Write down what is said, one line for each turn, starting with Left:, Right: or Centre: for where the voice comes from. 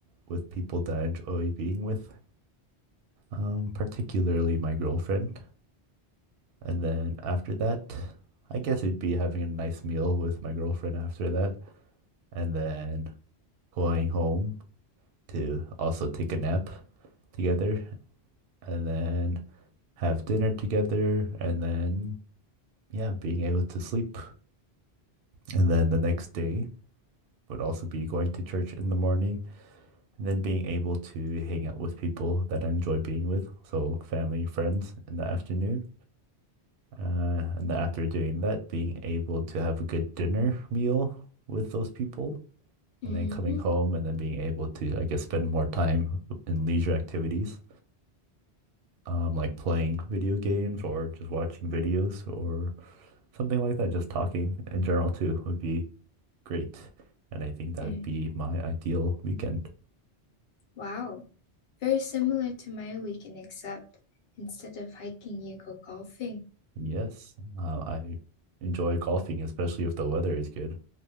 Right: with people that I enjoy being with, um, particularly my girlfriend. And then after that, I guess it'd be having a nice meal with my girlfriend after that, and then going home to also take a nap together, and then have dinner together, and then, yeah, being able to sleep. And then the next day would also be going to church in the morning and then being able to hang out with people that I enjoy being with, so family, friends in the afternoon. Uh, and then after doing that, being able to have a good dinner meal with those people,
Left: mm-hmm.
Right: and then coming home and then being able to, I guess, spend more time in leisure activities, um, like playing video games or just watching videos or something like that. Just talking in general too would be great. And I think that
Left: Mm.
Right: would be my ideal weekend.
Left: Wow. Very similar to my weekend, except instead of hiking, you go golfing.
Right: Yes, uh, I enjoy golfing, especially if the weather is good.